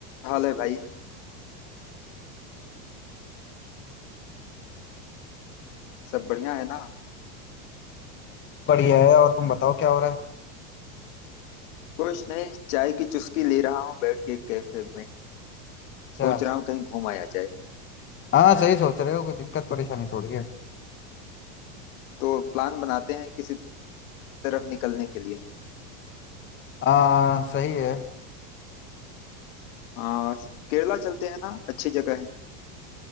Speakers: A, on the left; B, on the left.
A: हाल है भाई सब बढ़िया है ना
B: बढ़िया है और तुम बताओ क्या हो रहा है
A: कुछ नहीं चाय की चुस्की ले रहा हूँ बैठ के कैफे में सोच
B: क्या
A: रहा हूँ कहीं घूम आया जाए
B: हाँ सही सोच रहे हो कोई दिक्कत परेशानी थोड़ी है
A: तो प्लान बनाते हैं किसी तरफ निकलने के लिए
B: हाँ सही है
A: आ, केरला चलते हैं ना अच्छी जगह है